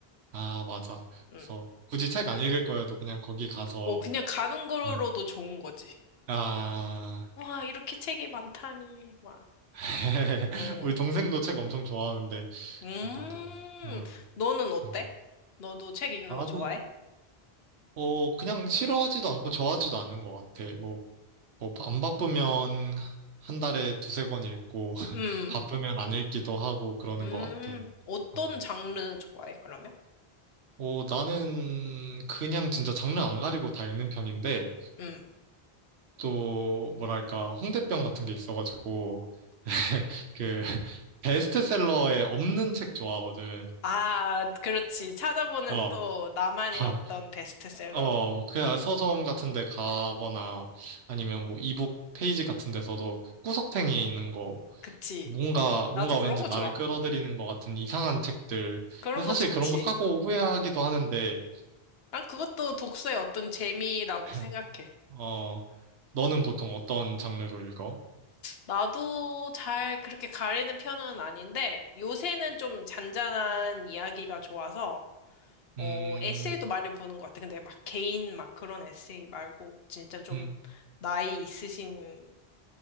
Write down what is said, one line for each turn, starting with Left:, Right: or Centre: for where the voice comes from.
Right: 아, 맞아.
Left: 응.
Right: 그래서 굳이 책 안 읽을 거여도 그냥 거기 가서,
Left: 어, 그냥 가는 거로도
Right: 음,
Left: 좋은 거지.
Right: 아,
Left: 와, 이렇게 책이 많다니. 와.
Right: <laughs>
Left: 응.
Right: 우리 동생도 책 엄청 좋아하는데,
Left: 음,
Right: 나도, 음,
Left: 너는 어때?
Right: 음.
Left: 너도 책 읽는
Right: 나는,
Left: 거 좋아해?
Right: 어, 그냥 싫어하지도 않고 좋아하지도 않는 것 같아. 뭐, 뭐, 안 바쁘면 한 달에 두세 권 읽고, <laughs>
Left: 음,
Right: 바쁘면 안 읽기도 하고 그러는
Left: 음,
Right: 것 같아.
Left: 어떤
Right: 어.
Left: 장르 좋아해, 그러면?
Right: 어, 나는 그냥 진짜 장르 안 가리고 다 읽는 편인데,
Left: 음.
Right: 또, 뭐랄까, 홍대병 같은 게 있어가지고, <laughs> 그, 베스트셀러에 없는 책 좋아하거든.
Left: 아, 그렇지. 찾아보는
Right: 어,
Left: 또 나만의
Right: 어,
Left: 어떤 베스트셀러.
Right: 어, 그냥 서점 같은 데 가거나 아니면 뭐 이북 페이지 같은 데서도 구석탱이에 있는 거
Left: 그치.
Right: 뭔가,
Left: 나도
Right: 뭔가
Left: 그런
Right: 왠지
Left: 거
Right: 나를
Left: 좋아.
Right: 끌어들이는 것 같은 이상한 책들.
Left: 그런
Right: 근데 사실
Left: 거 좋지.
Right: 그런 거 사고 후회하기도 하는데,
Left: 난 그것도 독서의 어떤 재미라고
Right: <laughs>
Left: 생각해.
Right: 어, 너는 보통 어떤 장르로 읽어?
Left: 나도 잘 그렇게 가리는 편은 아닌데, 요새는 좀 잔잔한 이야기가 좋아서, 어,
Right: 음,
Left: 에세이도 많이 보는 것 같아. 근데 막 개인 막 그런 에세이 말고, 진짜 좀
Right: 음,
Left: 나이 있으신,